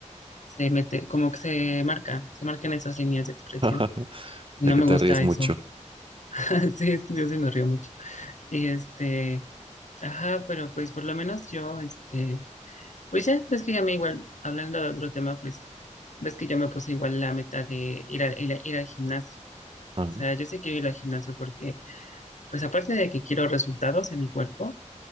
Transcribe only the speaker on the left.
se mete, como que se marca, se marcan esas líneas de expresión.
No
me
gusta
eso. <laughs> Sí, es que yo sí me río mucho. Y este, ajá, pero pues por lo menos yo, este, pues ya, ves que ya me igual, hablando de otro tema, pues, ves que yo me puse igual la meta de ir, a- ir, a- ir al gimnasio.
O sea, yo sí quiero ir al gimnasio porque, pues aparte de que quiero resultados en mi cuerpo,